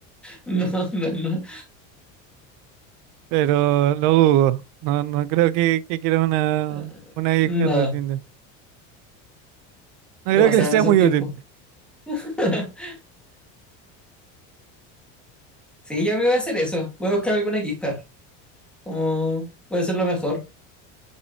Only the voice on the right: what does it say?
pero lo dudo. No, no creo que, que quiera una,
una gift
card de Tinder. No creo
que le sea
muy
útil.